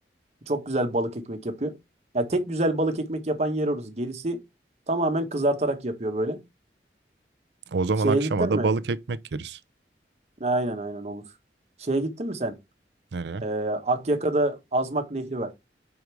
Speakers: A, on the right (about 40°); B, on the right (about 75°).
A: Çok güzel balık ekmek yapıyor. Ya tek güzel balık ekmek yapan yer orası. Gerisi tamamen kızartarak yapıyor böyle.
B: O zaman
A: Şeye
B: akşama
A: gittin
B: da
A: mi?
B: balık ekmek yeriz.
A: Aynen aynen olur. Şeye gittin mi sen?
B: Nereye?
A: Ee, Akyaka'da Azmak Nehri var.